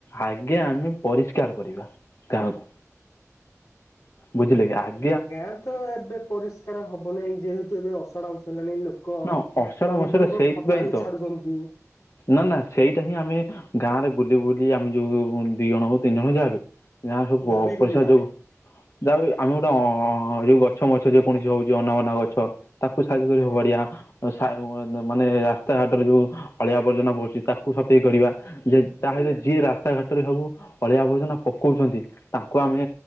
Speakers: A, on the left; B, on the left.
A: ଆଗେ ଆମେ ପରିଷ୍କାର କରିବା। ଗାଁକୁ ବୁଝିଲେ କି ଆଜ୍ଞା।
B: ଗାଁ ତ ଏବେ ପରିଷ୍କାର ହବନାଇଁ ଯେହେତୁ ଏବେ ଅସାଢା ମାସ ହେଲାଣି ଲୋକ ଲୋକ
A: ନା ଅସଡା ମସଡା
B: ବିଭିନ୍ନ
A: ସେଇଥିପାଇଁ
B: ପାଣି
A: ତ
B: ଛାଡୁଛନ୍ତି।
A: ନା ନା ସେଇଟା ହିଁ ଆମେ ଗାଁରେ ବୁଲି ବୁଲି ଆମେ ଯୋଉ ଦି ଜଣ ହଉ ତିନି ଜଣ ହ ଯାହା ଯାହା ସବୁ
B: ଦାବି କରିବା।
A: ପଇସା ଯୋଗ ଯାହା ଆମେ ଗୋଟେ ଅ ଯୋଉ ଗଛ ମଛ ଯେକୌଣସି ହଉଛି ଅନାବନା ଗଛ ତାକୁ ସାଇଜ କରି
B: ଆଜ୍ଞା
A: ଫୋପଡ଼ିବା। ମାନେ ରାସ୍ତାଘାଟରେ ଯୋଉ ଅଳିଆବର୍ଜନା ବଢୁଛି ତାକୁ କୁ ସଫେଇ କରିବା ଯେ ତା
B: ଆଜ୍ଞା
A: ସହିତ ଯିଏ ରାସ୍ତାଘାଟରେ ସବୁ ଅଳିଆ ଆବର୍ଜନା ପକଉଛନ୍ତି। ତାଙ୍କୁ ଆମେ